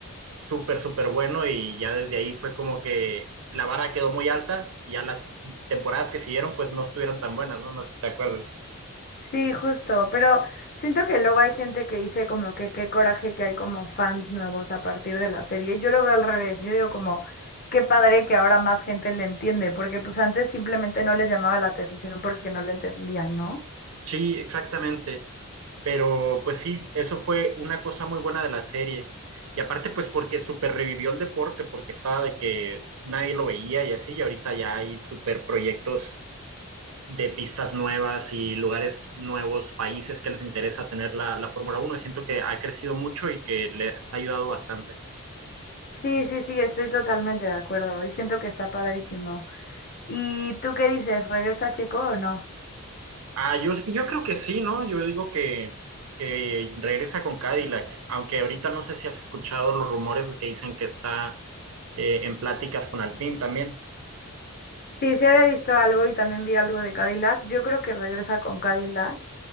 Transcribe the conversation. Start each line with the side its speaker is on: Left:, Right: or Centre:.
Right: súper, súper bueno y ya desde ahí fue como que la vara quedó muy alta y ya las temporadas que siguieron pues no estuvieron tan buenas, ¿no? No sé si te acuerdas.
Left: sí, justo, pero siento que luego hay gente que dice como que qué coraje que hay como fans nuevos a partir de la serie. Yo lo veo al revés, yo digo como qué padre que ahora más gente le entiende, porque pues antes simplemente no les llamaba la atención porque no le entendían, ¿no?
Right: Sí, exactamente. Pero pues sí, eso fue una cosa muy buena de la serie. Y aparte pues porque súper revivió el deporte, porque estaba de que nadie lo veía y así, y ahorita ya hay súper proyectos de pistas nuevas y lugares nuevos, países que les interesa tener la, la Fórmula Uno Siento que ha crecido mucho y que les ha ayudado bastante.
Left: Sí, sí, sí, estoy totalmente de acuerdo y siento que está padrísimo. ¿Y tú qué dices? ¿Regresa Checo o no?
Right: Ah, yo, yo creo que sí, ¿no? Yo digo que, que regresa con Cadillac, aunque ahorita no sé si has escuchado los rumores que dicen que está eh, en pláticas con Alpine también.
Left: Sí, sí había visto algo y también vi algo de Cadillac. Yo creo que regresa con Cadillac.